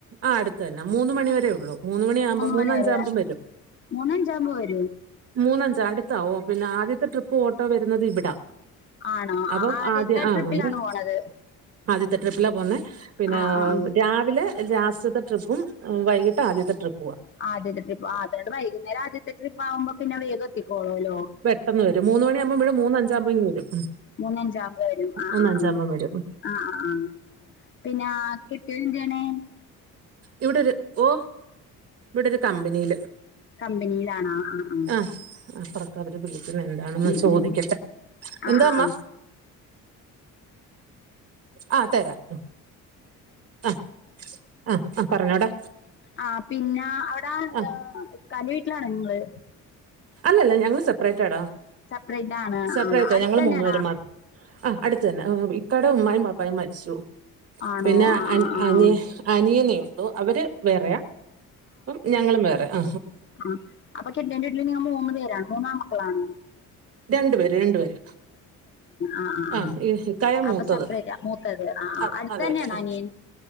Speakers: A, on the right; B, on the left.
A: ആ അടുത്ത ന്നാ. <unintelligible> മൂന്ന് മണിയാവുമ്പാ മൂന്ന
B: മണി വരെ
A: ഞ്ചാവുമ്പൊ വരും.
B: മൂന്നഞ്ചാകുമ്പോ വരോ
A: മൂന്നഞ്ച അടുത്തുമോ പിന്നെ ആദ്യത്തെ ട്രിപ്പ് ഓട്ടോ വരുന്നത് ഇവിടാ.
B: ആണോആദ്യത്തെ
A: അപ്പം ആദ്യ ആ
B: ട്രിപ്പിലാണോ
A: അന്നേരം
B: പോണത്?
A: ആദ്യത്തെ ട്രിപ്പില പോന്നെ പിന്നെ
B: ആ ആ ആ.
A: രാവിലെ ലാസ്റ്റത്തെ ട്രിപ്പും വൈകിട്ട് ആദ്യത്തെ ട്രിപ്പും.
B: ആദ്യത്തെ ട്രിപ്പ് അതുകോണ്ട് വൈകുന്നേരം ആദ്യത്തെ ട്രിപ്പ് ആകുമ്പോ പിന്നെ വേഗം എത്തിക്കോളല്ലോ?
A: പെട്ടെന്ന് മൂന്ന് മണിയാവുമ്പം വിടും മൂന്ന ഞ്ചാുമ്പോ ഇങ്ങ് വരും.
B: മൂന്നഞ്ച ആുമ്പ് വരും ആ
A: മൂന്നഞ്ചാകുമ്പം
B: ആ് ആ്
A: വരും
B: ആ് ആ ആ പിന്നെ കെട്ടിയോൻ എന്ത ചെയ്യ് െണ?
A: ഇവിടൊരു ഓ ഇവിടെരു കമ്പനിയില്.
B: കമ്പനിയിലാണോ ആ ആ
A: ആഹ് <unintelligible> വിളിക്കുന്ന എന്താണെന്ന്
B: ഉം
A: ചോദിക്കട്ടെ
B: ഉം. ആ
A: എന്താമ്മ?
B: ആ ആ
A: ആ തരാം. ആഹ ആഹ ആ പറഞ്ഞോടാ.
B: ആ പിന്നെ അവിടെ
A: ആഹ്
B: ഇക്കാന്റെ വീട്ടിലാണോ നിങ്ങള്?
A: അല്ലല്ല ഞങ്ങള് സെപ്പറേറ്റാ ടാ.
B: സെപ്പറേറ്റ് ആണ്
A: സ
B: ആണോ
A: പ്രേറ്റ
B: അടുത്ത്
A: ഞങ്ങള്ൾ
B: തന്നെയാണോ
A: മൂന്നു പേര് മാത്രം ആ അടുത്ത്തന്നെ. അടെ ഉമ്മായും ബാപ്പായും മരിച്ചു
B: ആണോ
A: പിന്നെ
B: ആ ആ ആ
A: അനിയ അനിയനെ. അവര് വേറെയാ അപ്പം ഞങ്ങളും വേറെ ആ
B: ആഹ അപ്പൊ കെട്ടിയോന്റെ വീട്ടില് ഇങ്ങൾ മൂന്ന് പേരാണോ മൂന്നാൺ മക്കളാണോ?
A: രണ്ടു പേര് രണ്ടു പേര്
B: ആ ആ
A: ആഹ
B: ആ
A: ഈ കയ മൂത്തത്
B: അപ്പൊ സെപ്പറേറ്റാ മൂത്തത് ആ ആ
A: അ
B: അടുത്ത്
A: അതെ
B: തന്നെയാണോ
A: അതെ ആ
B: അനിയൻ